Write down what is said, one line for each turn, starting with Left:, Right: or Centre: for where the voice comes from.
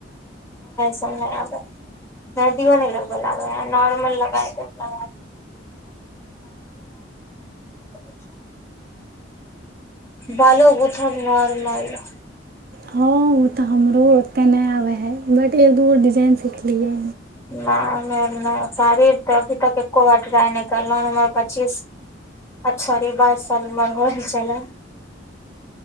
Left: सब आे मेहदियो नहि लग ले घर मे लगाय देबो - <inaudible> बालो कोथब नर्मल <inaudible>
Right: हँ ओ तऽ हमरो ओते नहि आबै है बट एक दूगो डिजाइन सिखलियै
Left: नहि उ शड़ीर त अभी तक एको बार ट्राइ नहि करल उमर पच्चीस अछ बाइस साल उमर हो छल